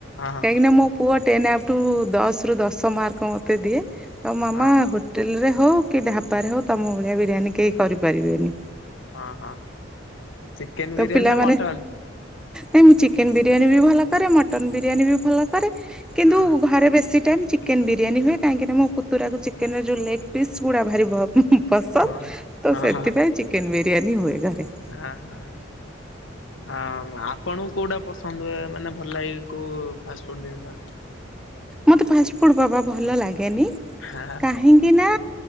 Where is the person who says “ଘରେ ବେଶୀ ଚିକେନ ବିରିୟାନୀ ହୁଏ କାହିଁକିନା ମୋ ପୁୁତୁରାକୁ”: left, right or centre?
Centre